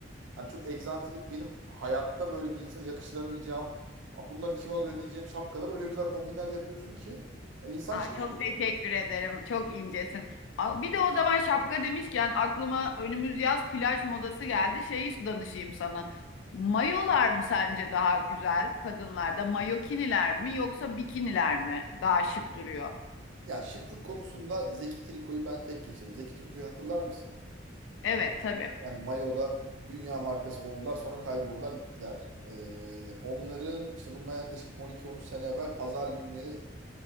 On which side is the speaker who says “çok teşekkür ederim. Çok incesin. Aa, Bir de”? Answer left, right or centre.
Left